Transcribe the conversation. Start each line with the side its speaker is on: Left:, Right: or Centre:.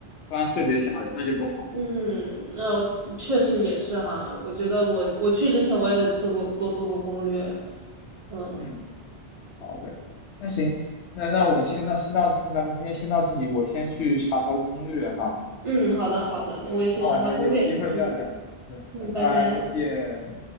Left: 不然特别吓人，那就不好。
Right: 嗯，那、我确实也是哈，我觉得我我去之前我也得做做多做做攻略。嗯
Left: 嗯，好的，那行，那那我先到先到，咱们今天先到这里，我先去查查攻略哈。
Right: 嗯，好的好的，那我也去查查攻略。
Left: 那我们有机会再聊。
Right: 嗯
Left: 好的，
Right: 嗯，
Left: 拜拜，
Right: 拜拜。
Left: 再见。